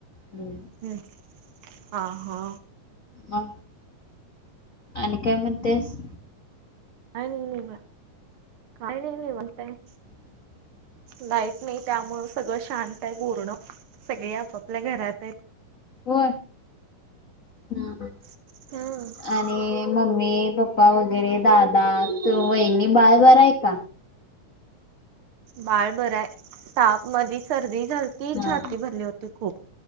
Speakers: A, on the left (about 40°); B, on the right (about 75°).
A: ह.
B: हम्म हा हा.
A: ह आणि काय म्हणतेस.
B: का नाहीन काय नाही नाही मत.
A: <inaudible>
B: लाईट नाही त्यामुळे सगळं शांत आहे पूर्ण सगळे आपापल्या घरात आहेत.
A: हो हम.
B: हा.
A: आणि मम्मी पप्पा वगैरे दादा त वहिणी बाळभरा आहे का.
B: बाळ बर ताप मध सर्दी झालती
A: हा.
B: छाती भरली होती खूप.